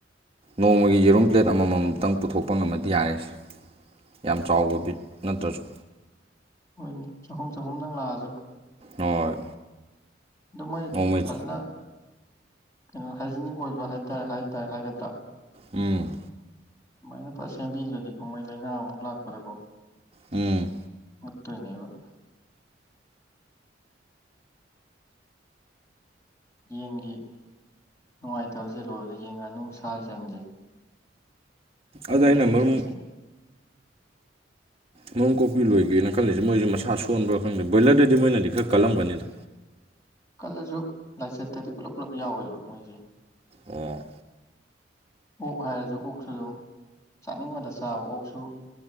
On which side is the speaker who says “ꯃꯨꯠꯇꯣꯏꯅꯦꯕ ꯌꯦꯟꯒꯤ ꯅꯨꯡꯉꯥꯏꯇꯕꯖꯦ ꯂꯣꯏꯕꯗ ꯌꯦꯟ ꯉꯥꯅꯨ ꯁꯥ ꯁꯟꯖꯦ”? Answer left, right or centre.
Left